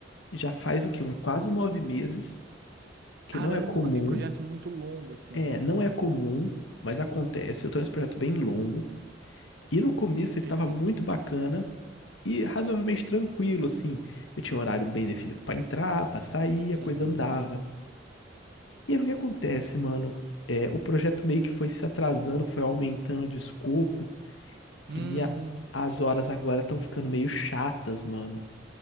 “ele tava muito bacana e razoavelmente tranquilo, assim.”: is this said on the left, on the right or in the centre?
Left